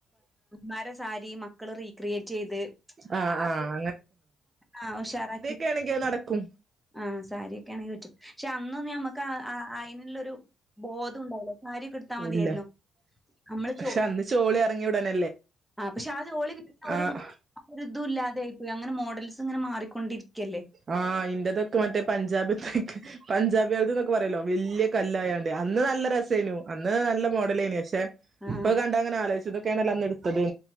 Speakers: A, in the centre; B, on the right.
A: മരസാരി മക്കൾ റീ ക്രിയേറ്റെയ്ത്
B: ആഹ്
A: അത്
B: ആഹ്
A: ആഹ് ഉഷാറാക്കി.
B: കേണെങ്കിയേ നടക്കും
A: ആഹ് സാരിയൊക്കെ ആണെങ്കി പറ്റും. ക്ഷെ അന്നൊന്നും ഞമ്മക്ക് ആഹ് ആഹ് അയ്നുള്ളൊരു ബോധം ഉണ്ടായില്ല സാരിക്കെ ട്ത്താ മതിയായിരുന്നു.
B: ഇല്ല
A: നമ്മള്
B: പക്ഷെ
A: ചോ
B: അന്ന് ചോളി എർങ്ങി ഉടനെ
A: ആഹ് പക്ഷെ ആഹ് ചോളി ഒരു
B: ആഹ്
A: മോ ഒരു തും ഇല്ലാതെ ആയി പോയി അങ്ങനെ മോഡൽസ്ങ്ങനെ മാറിക്കൊണ്ടിരിക്കല്ലേ
B: ആഹ് ഇന്റതൊക്കെ മറ്റേ പഞ്ചാബിത്ത്യ്ക്ക് പഞ്ചാബിയേൾത് പറയല്ലോ വെല്യ കല്ലായണ്ട് അന്ന് നല്ല രസേനു അന്ന് നല്ല മോഡലേയ്നി പക്ഷെ
A: ആഹ്
B: ഇപ്പ കണ്ടാങ്ങനെ ആലോയിചും ഇതൊക്കെയാണല്ലോ അന്ന് ഇ ത്തത്ന്ന്